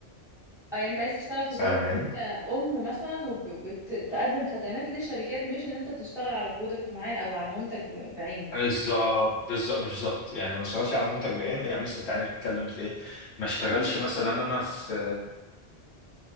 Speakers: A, in the centre; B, on the left.
A: اه يعني انت عايز تشتغل في زي
B: فاهم يعني
A: شركة ام مثلا وبتقدم خدمات لشركات مش ان انت تشتغل على برودكت معين او على منتج بعينه
B: بالظبط بالظبط مش بالظبط يعني ما اشتغلش على منتج بعينه يعني مثلا تعالى نتكلم في ايه ما اشتغلش مثلا انا في